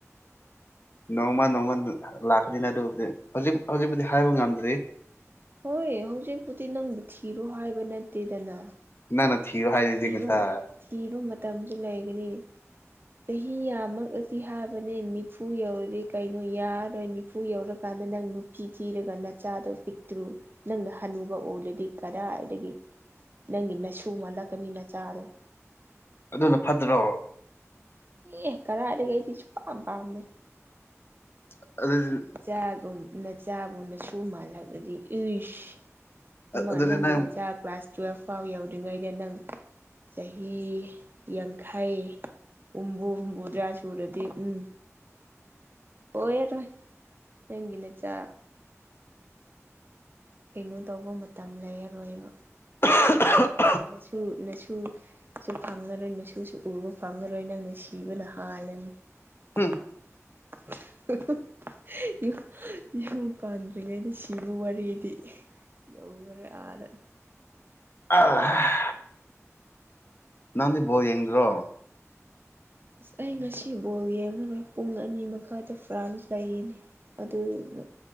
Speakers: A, on the left; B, on the right.
A: ꯅꯣꯡꯃ ꯅꯣꯡꯃ ꯂꯥꯛꯀꯅꯤꯅꯥ ꯑꯗꯨꯕꯨꯗꯤ ꯍꯧꯖꯤꯛ ꯍꯧꯖꯤꯛꯄꯨꯗꯤ ꯍꯥꯏꯕ ꯉꯝꯗ꯭ꯔꯤ
B: ꯍꯣꯏ ꯍꯧꯖꯤꯛꯄꯨꯗꯤ ꯅꯪꯕꯨ ꯊꯤꯔꯣ ꯍꯥꯏꯕ ꯅꯠꯇꯦꯗꯅ
A: ꯅꯪꯅ ꯊꯤꯌꯣ ꯍꯥꯏꯗꯨꯗꯤ
B: ꯊꯤꯕ
A: ꯉꯁꯥꯏ
B: ꯊꯤꯕ ꯃꯇꯝꯁꯨ ꯂꯩꯒꯅꯤ ꯆꯍꯤ ꯌꯥꯝꯃꯂꯗꯤ ꯍꯥꯏꯕꯅꯦ ꯅꯤꯐꯨ ꯌꯧꯔꯗꯤ ꯀꯩꯅꯣ ꯌꯥꯔꯣꯏ ꯅꯤꯐꯨ ꯌꯧꯔꯀꯥꯟꯗ ꯅꯪ ꯅꯨꯄꯤ ꯊꯤꯔꯒ ꯅꯆꯥꯗꯣ ꯄꯤꯛꯇ꯭ꯔꯨ ꯅꯪꯅ ꯍꯅꯨꯕ ꯑꯣꯂꯗꯤ ꯀꯗꯥꯏꯗꯒꯤ ꯅꯪꯒꯤ ꯅꯁꯨ ꯃꯥꯜꯂꯛꯀꯅꯤ ꯅꯆꯥꯗꯣ
A: ꯑꯗꯨꯅ ꯐꯠꯇ꯭ꯔꯣ
B: ꯑꯦ ꯀꯔꯥꯏꯗꯒꯤ ꯑꯩꯗꯤ ꯁꯨꯛꯄꯥꯝ ꯄꯥꯝꯃꯦ
A: <unintelligible>
B: ꯆꯥꯒꯨꯝ ꯅꯆꯥꯕꯨꯅꯁꯨ ꯃꯥꯜꯂꯒꯗꯤ ꯏꯁ ꯑꯃ
A: ꯑꯗꯨꯗꯤ
B: ꯅꯪꯒꯤ
A: ꯅꯪ
B: ꯅꯆꯥ ꯀ꯭ꯂꯥꯁ ꯇꯨꯋꯦꯜꯐ ꯐꯥꯎ ꯌꯧꯗ꯭ꯔꯤꯉꯩꯗ ꯅꯪ ꯆꯍꯤ ꯌꯥꯡꯈꯩ ꯍꯨꯝꯕꯨ ꯍꯨꯝꯕꯨꯗ꯭ꯔ ꯆꯨꯨꯔꯗꯤ ꯎꯝ ꯑꯣꯔꯔꯣꯏ ꯅꯪꯒꯤ ꯅꯆꯥ ꯀꯩꯅꯣ ꯇꯧꯕ ꯃꯇꯝ ꯂꯩꯔꯔꯣꯏꯕ
A: <unintelligible>
B: ꯅꯁꯨ ꯅꯁꯨ ꯁꯨ ꯐꯪꯉꯔꯣꯏ ꯅꯁꯨꯨꯁꯨ ꯎꯕ ꯐꯪꯉꯔꯣꯏ ꯅꯪꯅ ꯁꯤꯕꯅ ꯍꯥꯜꯂꯅꯤ
A: <unintelligible>
B: <unintelligible> ꯌꯨ ꯌꯨꯝ ꯄꯥꯟꯗ꯭ꯔꯤꯉꯩꯗ ꯁꯤ ꯁꯤꯕꯨꯋꯥꯔꯤꯗꯤ ꯌꯧꯈ꯭ꯔꯦ ꯑꯥꯗ
A: <unintelligible> ꯅꯪꯗꯤ ꯕꯣꯜ ꯌꯦꯡꯗ꯭ꯔꯣ
B: ꯑꯩ ꯉꯁꯤ ꯕꯣꯜ ꯌꯦꯡꯉꯥꯔꯣꯏ ꯄꯨꯡ ꯑꯅꯤ ꯃꯈꯥꯏꯗ ꯐ꯭ꯔꯥꯟꯁ ꯂꯩꯌꯦ ꯑꯗꯨꯗꯨꯅ